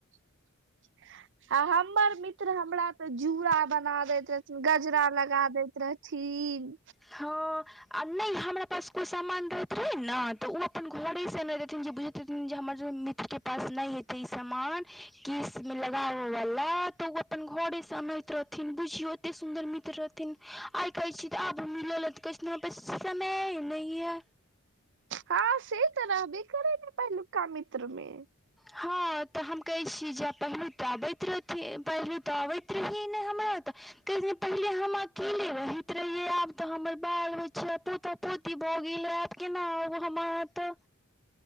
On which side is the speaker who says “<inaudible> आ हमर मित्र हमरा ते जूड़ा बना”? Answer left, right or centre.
Right